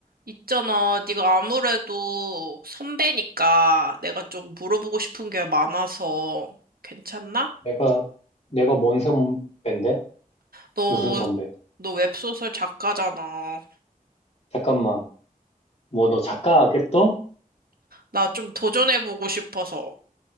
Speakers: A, on the right; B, on the left.
A: 있잖아, 네가 아무래도 선배니까 내가 좀 물어보고 싶은 게 많아서 괜찮나?
B: 내가, 내가 뭔 선배인데?
A: 너,
B: 무슨 선배?
A: 너 웹소설 작가잖아.
B: 잠깐만, 뭐 너 작가겠어?
A: 나 좀 도전해보고 싶어서.